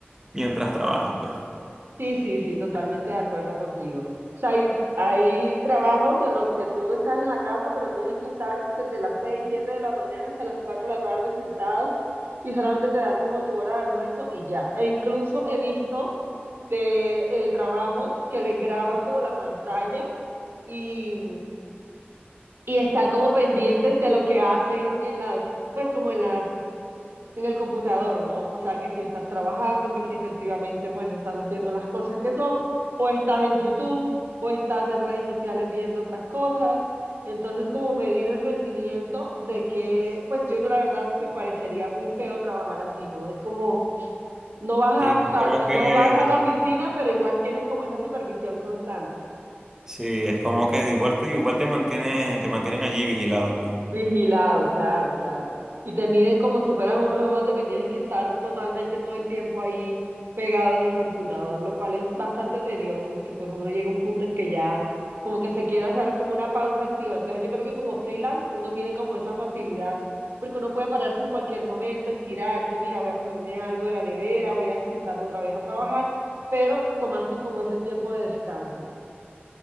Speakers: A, on the right; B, on the right.
A: mientras trabajas, pues.
B: Sí, sí, sí, totalmente de acuerdo contigo. O sea, hay, hay trabajos en los que tú estás en la casa, pero tienes que estar desde las 6 7 de la mañana hasta las 4 de la tarde sentado y solamente te dan como tu hora de almuerzo y ya. E incluso he visto de eh, trabajos que les graban como la pantalla y, y están como pendientes de lo que hacen en las, pues como en las en el computador, ¿no? O sea, que si estás trabajando, que si efectivamente pues estás haciendo las cosas que son, o estás en YouTube, o estás en redes sociales viendo otras cosas. Entonces, como medir el rendimiento de que, pues yo no, la verdad, me parecería muy feo trabajar así, ¿no? Es como, no vas
A: Sí, es
B: a,
A: como
B: a- no
A: que,
B: vas a la oficina, pero igual tienes como esa supervisión constante.
A: sí, es como que igual te, igual te mantienen, te mantienen allí vigilado, pues.
B: Vigilado, claro, claro. Y te miden como si fueras un robot de que tienes que estar totalmente todo el tiempo ahí pegado en el computador, lo cual es bastante tedioso porque pues uno llega a un punto en que ya como que se quiere hacer como una pausa activa. Entonces yo creo que como freelance uno tiene como esa facilidad porque uno puede pararse en cualquier momento, estirarse, mira, voy a comerme algo de la nevera, voy a sentarme otra vez a trabajar, pero tomaste como ese tiempo de descanso.